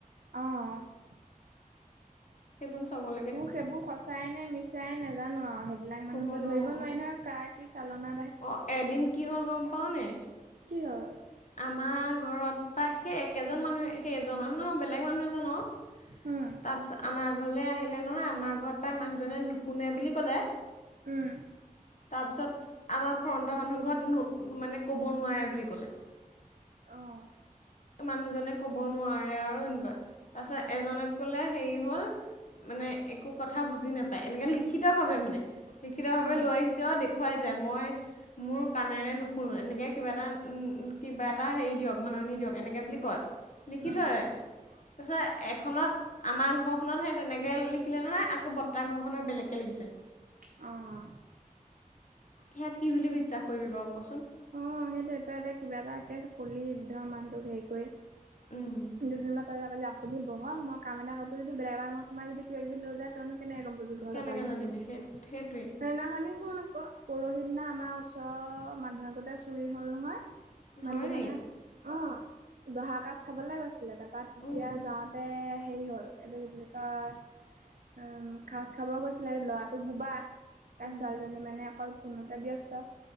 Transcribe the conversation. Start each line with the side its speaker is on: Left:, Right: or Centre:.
Right: অ'
Left: সেইজন ছবত
Right: সেইবোৰ সঁচাইনে মিছাই। মিছাই, নোজানো আৰু সেইবিলাক মানুহতো
Left: ক'ব নোৱাৰোঁ।
Right: ধৰিব নোৱাৰি নহয় কাৰ কি চালনা
Left: অ' এদিন কিহ'ল গম পাওঁনে,
Right: কি হল
Left: আমাৰ ঘৰত প্ৰায় সেই একেজন মানুহে, সেইজনৰ নু বেলেগ মানুহ এজনক তাৰপিছত,
Right: উম,
Left: আমাৰ ঘৰলৈ আহিলে নহয় আমাৰ ঘৰত প্ৰায় মানুহজনে নুশুনে বুলি ক'লে
Right: উম।
Left: তাৰপিছত আমাৰ ফ্ৰণ্টৰ মানুহ ঘৰত মানে ক'ব নোৱাৰে বুলি ক'লে।
Right: অ'।
Left: মানুহজনে ক'ব নোৱাৰে আৰু এনেকুৱা তাৰ পিছত এজনক কলে হেৰি হল, মানে একো কথা বুজি নাপায় এনেকে লিখিত ভাৱে মানে লিখিত ভাৱে
Right: উম,
Left: লৈ আহিছে। তেওঁ দেখুৱাই যায় মই মোৰ কাণেৰে নুশুনো এনেকৈ কিবা এটা, উম কিবা এটা হেৰি দিয়ক মাননি দিয়ক এনেকে বুলি কয়। লিখি
Right: উম,
Left: থয়। <unintelligible> এখনত আমাৰ ঘৰখনত সেই তেনেকে লিখিলে নহয়। আকৌ বৰ্তা ঘৰখনত বেলেগকে লিখিছে।
Right: অ'
Left: সেয়াত কি বুলি বিশ্বাস কৰিবি বাৰু কচোন।
Right: অ' সেইটো তই এতিয়া কিবা এটাে কলি ধৰ মানুহ তোক হেৰি কৰি।
Left: উম।
Right: <unintelligible> আপুনি বহক মই কাম এটা কৰো যদি বেলেগ এটা ৰুমত সোমাই কিব কিবি লৈ যায় তই নু। কেনেকে গম পাবি ঘৰত
Left: কেনেকে
Right: অক থাকিলে
Left: জানিবি সেই সেইটোৱেই
Right: সেইনাখনি, শুন আকৌ। পৰহি দিনা আমাৰ ওচৰৰ মানুহে আগতে চুৰি হ'ল নহয়।
Left: হয়
Right: মানুহটো
Left: নি
Right: মানে। অ' দহা কাজ খাবলে গৈছিলে। তাৰপা তেতিয়া
Left: উম
Right: যাওঁ, তাতে হেৰি হ'ল, এইটো কি বুলি কয় উম সাঁজ খাব কৈছিলে, ল'ৰাটো বোবা। তাৰ
Left: উম
Right: ছোৱালীজনী মানে অকল ফোনতে ব্যস্ত।